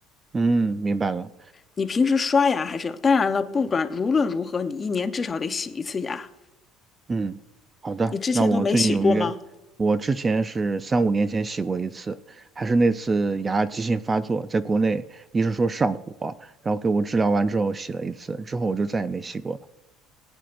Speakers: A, on the right (about 20°); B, on the left (about 20°).
A: 嗯，明白了。
B: 你平时刷牙还是要，当然了，不管无论如何，你一年至少得洗一次牙，
A: 嗯，好的，
B: 你之前都没洗过吗？
A: 那我最近有约，我之前是三五年前洗过一次，还是那次牙急性发作，在国内医生说上火，然后给我治疗完之后洗了一次，之后我就再也没洗过了。